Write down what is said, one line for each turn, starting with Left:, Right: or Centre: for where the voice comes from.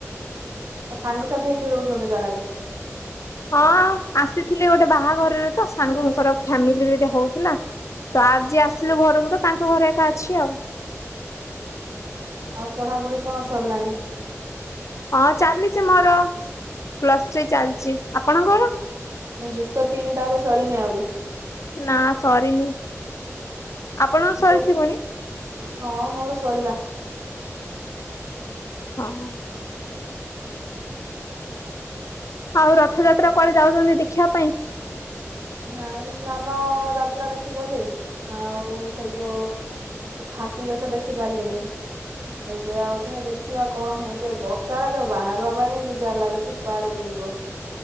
Right: ସାଙ୍ଗସାଥି ହେଇକି ରହୁଛନ୍ତି ତାହେଲେ?
Left: ହଁ ଆସିଥିଲି ଗୋଟେ ବାହାଘରରେ ତ ସାଙ୍ଗଙ୍କର ଫ୍ୟାମିଲିରେ ଏଟି ହଉଥିଲା। ତ ଆଜି ଆସିଲୁ ଘରକୁ ତ ତାଙ୍କ ଘରେ ଏକା ଅଛି ଆଉ।
Right: ଆଉ ପଢାପଢି କଣ ସରିଲାଣି?
Left: ହଁ ଚାଲିଛି ମୋର, ପ୍ଲସ୍ ଥ୍ରୀ ଚାଲିଛି। ଆପଣଙ୍କର?
Right: ଯୁକ୍ତ ତିନି ତାହେଲେ ସରିନି ଆହୁରି?
Left: ନା ସରିନି। ଆପଣଙ୍କର ସରିଥିବଣି?
Right: କୋଉ ହଁ ମୋର ସରିଲା।
Left: ହଁ। ଆଉ ରଥଯାତ୍ରା କୁଆଡେ ଯାଉଛନ୍ତି ଦେଖିବା ପାଇଁ?
Right: ନାଇଁ ସ୍ନାନ ଯାତ୍ରା ଦେଖି ଗଲି ଆଉ କ ଯୋ <unintelligible> ବେଶ ଦେଖି ପାରିଲିନି। ସେବେ ଆଉଥରେ ଦେଖିବା କଣ ହଉଛି ଏ ବର୍ଷାରେ ତ ବାହାରିବା ପାଇଁ ଏବେ ଯା ଲାଗୁଛି କୁଆଡେ ବି ଯିବ।